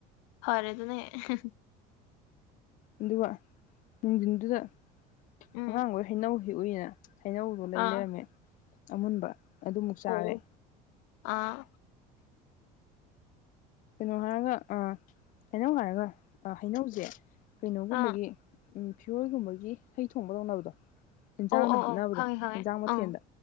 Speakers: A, on the left (about 80°); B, on the left (about 50°).
A: ꯐꯔꯦꯗꯨꯅ ꯍꯦꯛ
B: ꯑꯗꯨꯒ ꯅꯨꯡꯊꯤꯟꯗꯨꯗ
A: ꯎꯝ
B: ꯑꯉꯥꯡꯒꯣꯏ ꯍꯩꯅꯧ ꯍꯦꯛꯎꯏꯅ ꯍꯩꯅꯧꯗꯣ ꯂꯩ
A: ꯑꯥ
B: ꯂꯩꯔꯝꯃꯦ ꯑꯃꯨꯟꯕ ꯑꯗꯨꯃꯨꯛ ꯆꯥꯔꯦ
A: ꯑꯣ ꯑꯥ
B: ꯀꯩꯅꯣ ꯍꯥꯏꯔꯒ ꯑ ꯍꯩꯅꯧ ꯍꯥꯏꯔꯒ ꯑ ꯍꯩꯅꯧꯁꯦ ꯀꯩꯅꯣꯒꯨꯝꯕꯒꯤ
A: ꯑꯥ
B: ꯐꯤꯔꯣꯜꯒꯨꯝꯕꯒꯤ ꯍꯩ ꯊꯣꯡꯕ ꯇꯧꯅꯕꯗꯣ ꯍꯟꯖꯥꯡꯗ
A: ꯑꯧ ꯑꯧ
B: ꯍꯥꯞꯅꯕꯗꯣ
A: ꯑꯧ ꯈꯪꯉꯦ ꯈꯪꯉꯦ
B: ꯍꯟꯖꯥꯡ ꯃꯊꯦꯜꯗ
A: ꯑꯪ